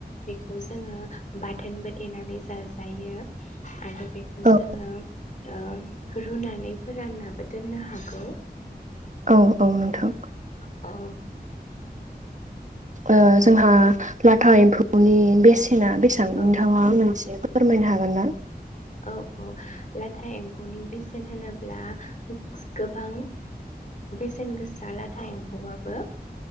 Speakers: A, on the left; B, on the right.
A: जो बाथोन बथेनानै जा जायो आरो बेखौ
B: औ
A: जोङो ओ रुनानैबोानाबो दोननो हागौ
B: औ औ नोंथां
A: औ
B: ओ जोंहा लाथा एम्फौनि बेस ना बेसां नोंथाङा
A: औ
B: मोनसे फोरमायनो हागोन ना?
A: औ औ लाथा एम्फौनि बेसेन होनोब्ला गोबां बेसेन गोसा लाथा एम्फौआबो